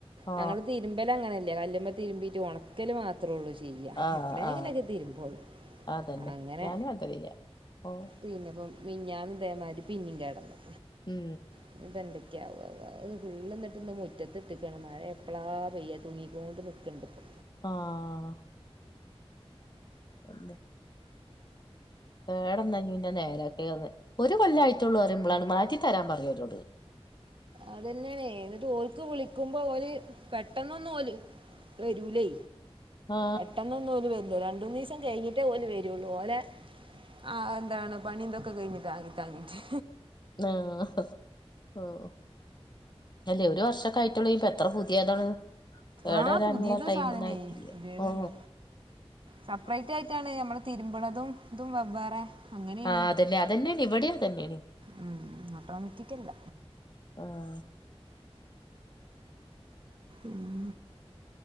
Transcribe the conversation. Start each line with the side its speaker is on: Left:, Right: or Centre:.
Left: ആ
Right: ഞങ്ങള് തിരുമ്പലങ്ങനല്ലേ കല്ലുമ്മെ തിരുമ്പീട്ട് ഒണക്കല് മാത്രേള്ളൂ ചെയ്യ്യ
Left: ആ
Right: എപ്പളേല്ത്
Left: ആ ആ
Right: <unintelligible>
Left: അതന്നെ
Right: അങ്ങനെ
Left: ഞാനും അങ്ങൻ ചെയ്യാ ഓ
Right: പിന്നെപ്പം മിഞ്ഞാന്ന് ഇതേമാരി പിന്നെം കേടന്ന്
Left: ഉം
Right: <unintelligible> എന്തൊക്കെയാവാവാ ഫുള്ള് എന്നിട്ട്ന്ന് മുറ്റത്ത്ട്ടക്കാണ് മഴ എപ്പളാ പെയ്യ തൂങ്ങിക്കോണ്ട് ക്ണ്ട്പ്പോ
Left: ആഹ് <inaudible> വേടന്നഞ്ഞു പിന്നെ നേരാക്കി ഒന്ന് ഒരു കൊല്ല ആയിട്ടൊള്ളു പറയുമ്പോളാണ് മാറ്റി തരാൻ പറയോരോട്
Right: അതന്നെണേ എന്നിട്ട് ഓല്ക്ക് വിളിക്കുമ്പോ ഓല് പെട്ടന്നൊന്ന് ഓല് വെരുലേ
Left: ആ
Right: പെട്ടെന്നൊന്നും ഓൽ വര്ല്ല രണ്ടൂന്നിസം കഴിഞ്ഞിട്ടേ ഓൽ വരുള്ളൂ ഓലേ ആ എന്താണ് പണിന്തൊക്കെ കൈഞ്ഞിട്ടാ താങ്ങി താങ്ങിട്ട്
Left: ആഹ് ആഹ് അല്ലേ ഒരു വർഷൊക്ക ആയിട്ടുള്ളേ ഇപ്പൊ എത്ര പുതിയതാണ് കേടാരാനുള്ള
Right: ആ പുതിയത്
Left: ടൈമ്
Right: സാധനേ
Left: ഒന്നും ആയിട്ടില്ല
Right: പുതിയതാണ്
Left: ഓ
Right: സെപ്പറേറ്റ് ആയിട്ടാണ് നമ്മള് തിരുമ്പ്ണതും ഇതും വെവ്വേറെ. അങ്ങനെയാണ്
Left: ആഹ് അതന്നെ അതന്നെയാണ് ഇവിടെയും അതന്നെയാണ്
Right: ഉം ഓട്ടോമാറ്റിക്കല്ല
Left: ആഹ്
Right: ഉം